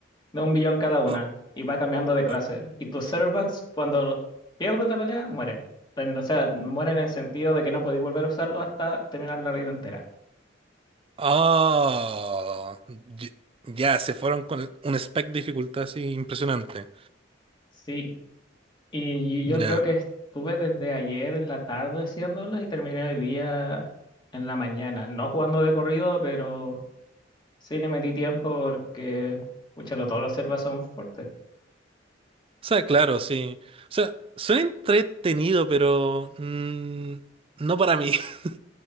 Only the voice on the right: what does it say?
Ah,
ah,
ah, ah. ya, se fueron con un spec de dificultad así impresionante.
Ya.
O sea, claro, sí. O sea, suena entretenido, pero mm, no para mí. <laughs>